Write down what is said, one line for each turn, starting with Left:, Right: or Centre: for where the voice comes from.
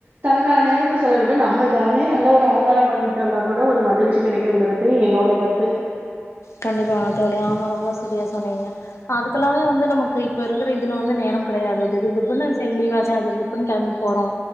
Right: தனக்கான நேரத்தை செலவிட்டு நம்ம தானே நல்ல ஒரு அலங்காரம் பண்ணிிட்டோன் நான் கூ என்ன ஒரு மகிழ்ச்சி கிடைக்குங்கறதே என்னோடைய கருத்து
Left: கண்டிப்பா அணத்தவலி ஆமா ரொம்ப சரியா சொன்னீங்க அதுக்கல்லாமே வந்து நமக்கு இப்ப இருக்கிற இதுல வந்து நேரம் கிடையாது திடுதுப்புன்னு சரி லீவ்வாச்சா அது திடுதுப்புன்னு கிளம்பி போறோம்